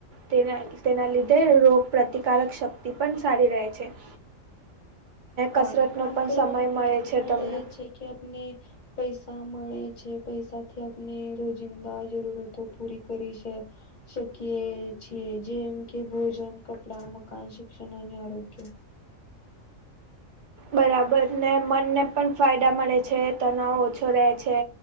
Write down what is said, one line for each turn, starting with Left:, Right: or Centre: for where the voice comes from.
Right: તેના તેના લીધે રોગ પ્રતિકારક શક્તિ પણ સારી રહે છે <inaudible>
Left: હા
Right: કસરતનો
Left: કામ
Right: પણ
Left: કરવાનું
Right: સમય
Left: પેલા
Right: મળે છે
Left: ફાયદા
Right: તમને
Left: એ છે કે આપને પૈસા મળે છે પૈસા થી આપણે રોજિંદા જરૂરતો પૂરી કરી છે શકીએ છીએ જેમ કે ભોજન કપડા મકાન શિક્ષણ અને આરોગ્ય
Right: બરાબર ને મનને પણ ફાયદા મળે છે તનાવ ઓછો રહે છે